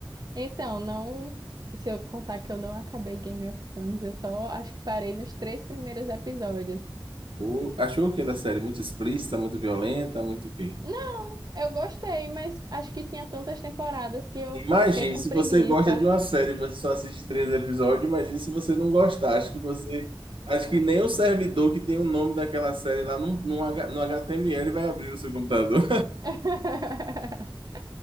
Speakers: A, on the right (about 50°); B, on the right (about 85°).
A: Então, não se eu contar que eu não acabei Game of Thrones, eu só acho que parei nos três primeiros episódios.
B: Ou achou que era série muito explícita, muito violenta, muito o quê?
A: Não, eu gostei, mas acho que tinha tantas temporadas que eu
B: Imagine,
A: fiquei com
B: se
A: preguiça.
B: você gosta de uma série e você só assiste três episódios, imagine se você não gostar. Acho que você. Acho que nem o servidor que tem o nome daquela série lá no, no, H- no HTML vai abrir no seu computador.
A: <laughs>